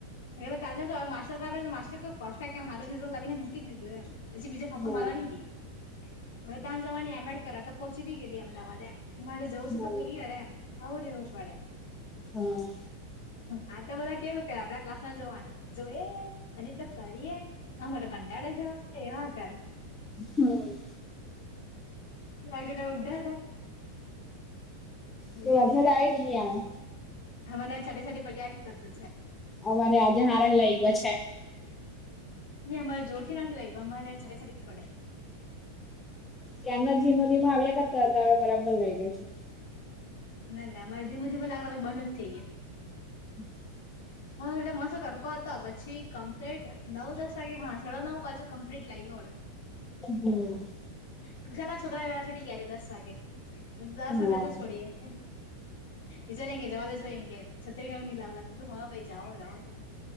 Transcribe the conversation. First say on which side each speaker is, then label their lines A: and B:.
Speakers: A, on the left; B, on the left.
A: એટલે કાજલ જો આ માસ્ટર આપે તો માસ્ટર કું પરફેક્ટ એમ હારુ રિઝલ્ટ લાવી ને મૂકી દીધું એમ. પછી બીજા ફાંફા
B: હોય
A: મારવા નહીં ગઈ હવે ત્યાં જવાની એમ એડ કરવા તો પહોંચી બી ગેલી અમદાવાદ એમ. કે મારે જવું છે
B: હોય
A: તો ક્લિયર એમ, આવું રહેેવું પડે.
B: હા.
A: આ તો બધા કેવું કે આપડા ક્લાસમાં જોવાના જોઈએ, હજી તો કરીએ આમાં તો કંટાળ અરે જેવું કે એવા કર.
B: હમ.
A: લાગે જો ઉધાર થાય. નીની
B: તો વરસાદ
A: ની બેન
B: આયો કે નહી આયો.
A: અમારે સાઠે સાઠે પર્યા કરતું છે.
B: અમારે આજે હારા લઇ ગયો છે.
A: નહીં અમારે જોરથી નથી લય ગયું. અમારે છાટે છાટે જ પડે.
B: ત્યાંના ધીમો ધીમો આવ્યા કરતા હતા, હવે બરાબર લાગ્યા છે.
A: ના ના અરે ધીમે ધીમે લાગેલા બંધ જ થઈ ગયું.
B: <inaudible>
A: હા એટ મસ્તો તડકો હતો, પછી કમ્પ્લીટ નવ દસ વાગે હા સાડા નવ બાજુ કમ્પ્લીટ લાગો.
B: હું.
A: ટ્યુશન ના છોકરા છૂટી ગયા છે, દસ વાગે દસ
B: હા
A: ને દસે જ છોડીએે. વિચાર એ કે જવા દેશો એ કે છત્રી નગર ની લાવવા લાગું હા ભાઈ જાઓ જાઓ જાઓ.